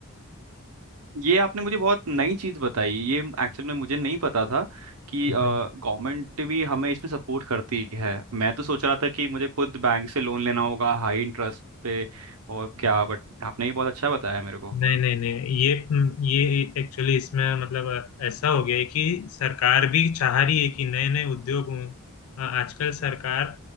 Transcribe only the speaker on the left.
हाँ।
नहीं नहीं नहीं ये ये एक्चुअली इसमें मतलब ऐसा हो गया है कि सरकार भी चाह रही है कि नए नए उद्योग हों। अ, आजकल सरकार